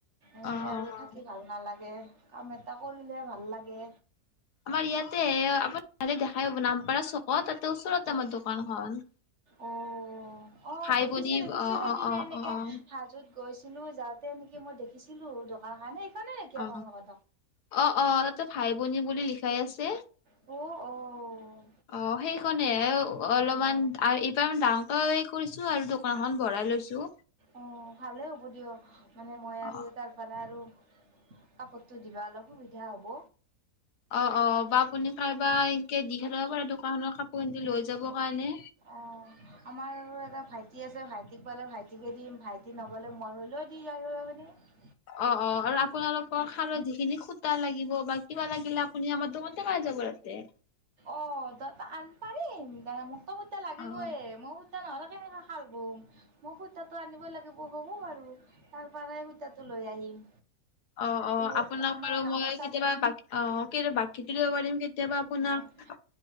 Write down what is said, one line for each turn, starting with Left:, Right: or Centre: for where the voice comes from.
Right: এনেই
Left: অ
Right: আৰু থাকি
Left: অ
Right: ভাল নালাগে। কাম এটা কৰিলে ভাল লাগে।
Left: আমাৰ ইয়াতে আপত দেখাই হ'ব নামপাৰা চকত ত' ওচৰতে
Right: অ
Left: আমাৰ দোকানখন।
Right: অ অ
Left: খাই
Right: দেখিছো
Left: বৰি
Right: দেখিছো
Left: অঁ
Right: সেইদিনা
Left: অঁ অঁ
Right: এনেকে
Left: অঁ অঁ
Right: হাজোত গৈছিলো যাওঁতে এনেকে মই দেখিছিলো দোকান খানে সেইখনে নেকি আপোনালোকৰ
Left: অ অ অ তাতে ভাই বনী বুলি লিখাই আছে।
Right: অ', অ',
Left: অঁ সেইখনে অলপমান
Right: অ',
Left: আৰু ইবাৰ ডাঙৰ কৰিছো আৰু ফনা এখন ভৰাই লৈছোঁ।
Right: অ ভালে হ'ব দিয়ক। মানে মই আৰু
Left: অ
Right: তাৰপৰা আৰু কাপোৰটো দিবা অলপ সুবিধা হ'ব।
Left: অ অ বা আপুনি কাৰোবা এনকে দি খেলাব পাৰে দোকানত কাপোৰ কি লৈ যাব কাৰণে,
Right: অ আমাৰ আৰু এটা ভাই ভাইটি আছে ভাইটিক পোৱালে ভাইটিকে দিম ভাইটি নগ'লে মই হ'লেও দি আহিব পাৰিম।
Left: অ অ আৰু আপোনালোকৰ হালধি খিনি খুতা লাগিব বা কিবা লাগিলে আপুনি আমাৰ দোকানত পায় যাব আতে
Right: অ দ আমি পাৰিম দে মোক অ সত লাগিবই
Left: অ
Right: মই সূতা নহ'লে কেনেকৈ খাল বহিম, মোক সূতাটো আনিবই লাগিব, হ'ব বাৰু তাৰ পৰাই সূতাটো লৈ আহিম।
Left: অ অ
Right: উ
Left: আপোনাক
Right: আমাৰ
Left: বাৰু
Right: গামোচাত
Left: মই, কেতিয়াবা অ বাকিত ও দিব পাৰিম। কেতিয়াবা আপোনাক
Right: অ',